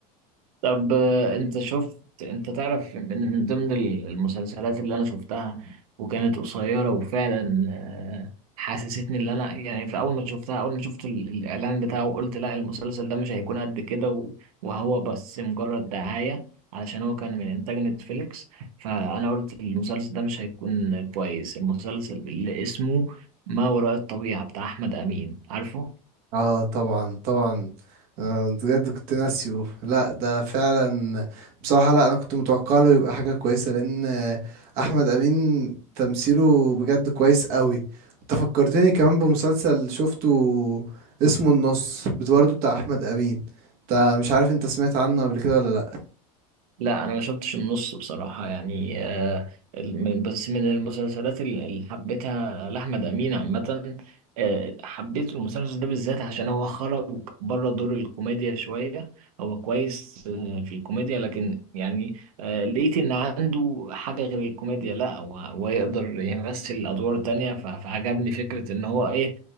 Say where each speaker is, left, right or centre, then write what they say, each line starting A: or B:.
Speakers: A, on the right; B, on the right.
A: طب آه، انت شفت انت تعرف من من ضمن ال- المسلسلات اللي انا شفتها وكانت قصيرة وفعلا آه، حسستني اللي انا يعني في اول ما شفتها اول ما شفت ال- الاعلان بتاعه قلت لا المسلسل ده مش هيكون قد كده و- وهو بس مجرد دعاية علشان هو كان من انتاج نتفليكس فانا قلت المسلسل ده مش هيكون كويس المسلسل اللي اسمه ما وراء الطبيعة بتاع احمد امين عارفه
B: اه طبعا طبعا آه، بجد كنت ناسيه لا ده فعلا بصراحة لا انا كنت متوقع له يبقى حاجة كويسة لان آه، احمد امين تمثيله بجد كويس قوي انت فكرتني كمان بمسلسل شفته اسمه النص بت- برضه بتاع احمد امين انت مش عارف انت سمعت عنه قبل كده ولا لا
A: لا انا ما شفتش النص بصراحه يعني آه، من- بس من المسلسلات اللي اللي حبيتها لاحمد امين عامه آه، حبيت المسلسل ده بالذات عشان هو خرج بره دور الكوميديا شويه هو كويس آه، في الكوميديا لكن يعني آه، لقيت ان عنده حاجه غير الكوميديا لا هو هو يقدر يمثل ادوار تانية ف- فعجبني فكره ان هو ايه